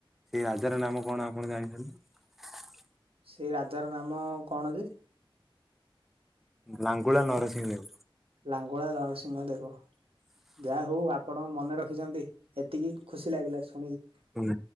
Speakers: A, in the centre; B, on the right (about 75°).
A: ସେଇ ରାଜାର ନାମ କଣ ଆପଣ ଜାଣିଛନ୍ତି?
B: ସେଇ ରାଜାର ନାମ କଣ ଯେ?
A: ଲାଙ୍ଗୁଳା ନରସିଂହବ।
B: ଲାଙ୍ଗୁଳା ନରସିଂହ ଦେବ। ଯାହା ହଉ ଆପଣ ମନେ ରଖିଚନ୍ତି ଏତିକି ଖୁସି ଲାଗିଲା ଶୁଣିକି।
A: ହୁଁ।